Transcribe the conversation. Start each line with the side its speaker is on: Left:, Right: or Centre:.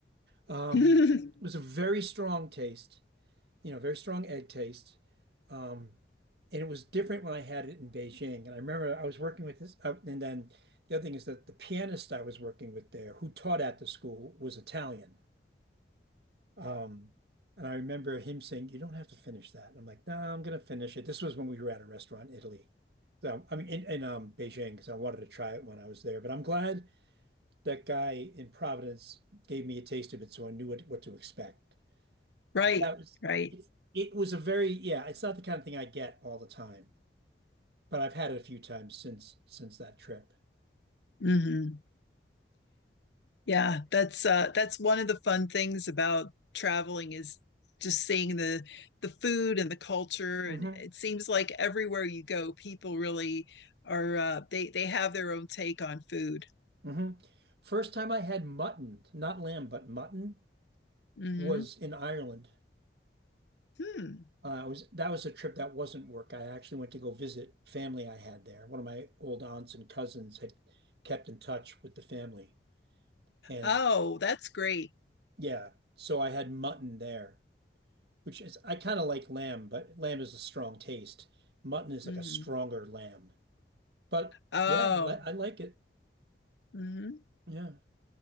Right: Um,
Left: <laughs>
Right: it was a very strong taste, you know, very strong egg taste. Um, and it was different when I had it in Beijing. And I remember I was working with this, uh, and then the other thing is that the pianist I was working with there, who taught at the school, was Italian. Um, and I remember him saying, "You don't have to finish that." And I'm like, "No, nah, I'm gonna finish it." This was when we were at a restaurant in Italy. So I mean, in, in um, Beijing, because I wanted to try it when I was there. But I'm glad that guy in Providence gave me a taste of it, so I knew what what to expect.
Left: Right,
Right: That was
Left: right.
Right: it. It was a very yeah. It's not the kind of thing I get all the time, but I've had it a few times since since that trip.
Left: hmm Yeah, that's uh that's one of the fun things about traveling is just seeing the the food and the culture
Right: hmm
Left: and it seems like everywhere you go people really are uh they they have their own take on food.
Right: hmm First time I had mutton, not lamb, but mutton,
Left: hmm
Right: was in Ireland.
Left: Hmm.
Right: Uh, I was that was a trip that wasn't work. I actually went to go visit family I had there. One of my old aunts and cousins had kept in touch with the family. And
Left: Oh, that's great.
Right: yeah, so I had mutton there, which is I kind of like lamb, but lamb is a strong taste. Mutton is
Left: hmm
Right: like a stronger lamb. But
Left: Oh.
Right: yeah, I, li I like it.
Left: hmm
Right: Yeah.